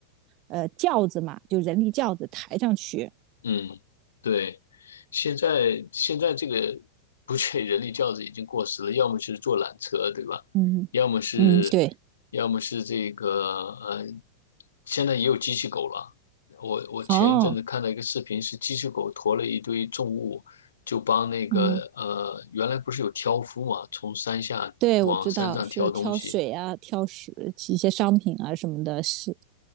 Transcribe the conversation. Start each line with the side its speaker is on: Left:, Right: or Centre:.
Right: 呃轿子嘛，就人力轿子抬上去。
Left: 嗯，对，现在现在这个不确人力轿子已经过时了，要么是坐缆车，对吧？
Right: 嗯嗯，
Left: 要么是，
Right: 对，
Left: 要么是这个，呃，现在也有机器狗了。我我前一阵子看到一个视频，
Right: 哦，
Left: 是机器狗驮了一堆重物，就帮那个呃，
Right: 嗯，
Left: 原来不是有挑夫嘛，从山下往山上挑东西，
Right: 对，我知道是挑水啊，挑食一些商品啊什么的，是